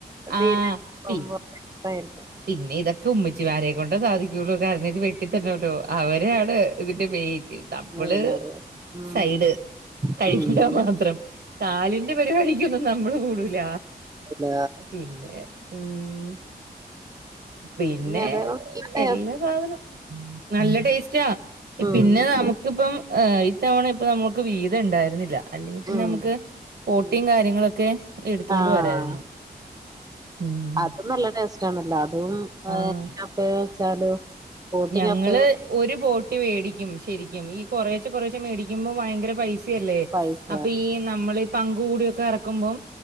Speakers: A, on the right (about 20°); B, on the right (about 65°).
A: തീല്
B: ആഹ്
A: വമ്പ
B: പി
A: നഷ്ടായിരിക്കും
B: പിന്നെ ഇതൊക്കെ ഉമ്മിച്ചി മാരെക്കൊണ്ട സധിക്കൊള്ളൂ കാരണം ഇത് വെട്ടി തെരണല്ലോ അവരാണ് ഇതിന്റെ മെയിൻ നമ്മള്
A: പിന്നത് ഉം
B: സൈഡ് കഴികമാത്രം
A: ഉം
B: കാലിന്റെ പരിപാടി ക്കൊന്നും നമ്മള് കൂടൂല
A: അല്ല
B: പിന്നെ ഉം പിന്നെ
A: അതാണ് നല്ല ടേസ്റ്റ് ഉം
B: എല്ലാ സാധനം നല്ല ടേസ്റ്റാ
A: ഉം
B: പിന്നെ നമു ഇക്ക് പ്പം ഇത്തവണ ഇപ്പ നമ്മക്ക് വീതം ണ്ടായിര്ന്നില്ല അല്ലെങ്കി പിന്നെ
A: ഉം
B: നമുക്ക് പോട്ടിം
A: ഉം
B: കാര്യങ്ങളൊക്കെ എടുത്തൊണ്ട്
A: ആഹ്
B: വരായിരുന്നു ഉം
A: അതും നല്ല ടേസ്റ്റ് ആണല്ലോ അതുംപ്പ
B: ആഹ്
A: പ്പാ വെച്ചാല് ബോട്ടി
B: ഞങ്ങള്
A: കപ്പ
B: ഒരു പോട്ടി മേടിക്കും ശരിക്കും ഈ കൊറേച്ച കുറേശ മേടിക്കുമ്പ ഭയങ്കര പൈസ യല്ലേ
A: പൈസ
B: അപ്പ ഈ നമ്മൾ പങ്ക് കൂടി ഒക്കെ ഇറക്കുമ്പ